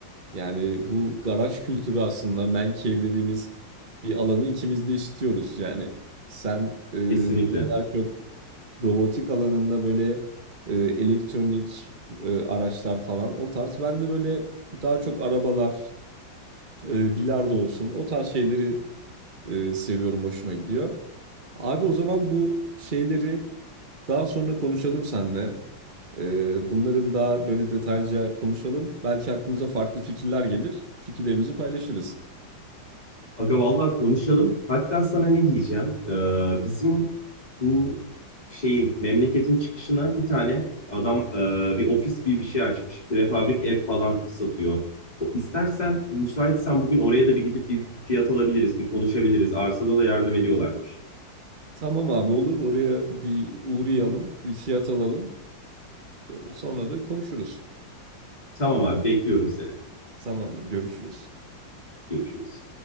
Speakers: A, on the right; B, on the left.
A: Yani bu garaj kültürü aslında man cave dediğimiz bir alanı ikimiz de istiyoruz. Yani sen e,
B: Kesinlikle.
A: böyle daha çok robotik alanında böyle e, elektronik e, araçlar falan o tarz. Ben de böyle daha çok arabalar, e, bilardo olsun o tarz şeyleri e, seviyorum, hoşuma gidiyor. Abi o zaman bu şeyleri daha sonra konuşalım seninle. Ee, bunların daha böyle detaylıca konuşalım. Belki aklımıza farklı fikirler gelir. Fikirlerimizi paylaşırız.
B: Aga vallahi konuşalım. Hatta sana ne diyeceğim? Ee, bizim bu şeyin memleketin çıkışına bir tane adam e, bir ofis gibi bir şey açmış. Prefabrik ev falan satıyor. O, istersen müsaitsen bugün oraya da bir gidip bir fiyat alabiliriz, bir konuşabiliriz. Arsada da yardım ediyorlarmış.
A: Tamam abi olur. Oraya bir uğrayalım, bir fiyat alalım. Ee, sonra da konuşuruz.
B: Tamam abi bekliyorum seni.
A: Tamamdır, görüşürüz.
B: Görüşürüz.